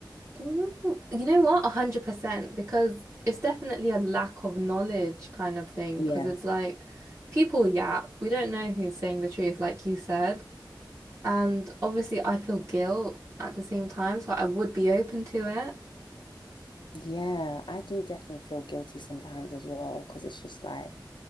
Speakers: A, on the right; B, on the left.
A: Mm, You know what? A hundred percent, because it's definitely a lack of knowledge kind of thing.
B: Yeah.
A: Because it's like people yap. We don't know who's saying the truth, like you said. And obviously, I feel guilt at the same time, so I would be open to it.
B: Yeah, I do definitely feel guilty sometimes as well because it's just like,